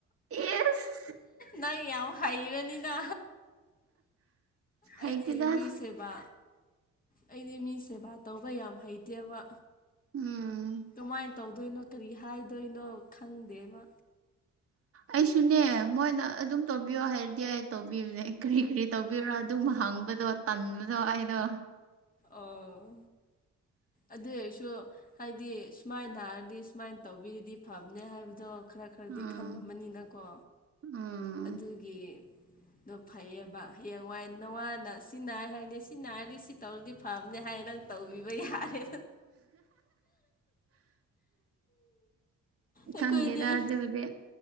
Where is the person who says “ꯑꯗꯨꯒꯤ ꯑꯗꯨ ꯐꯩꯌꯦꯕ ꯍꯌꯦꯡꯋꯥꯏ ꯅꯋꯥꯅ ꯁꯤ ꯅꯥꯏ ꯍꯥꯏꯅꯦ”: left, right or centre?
Left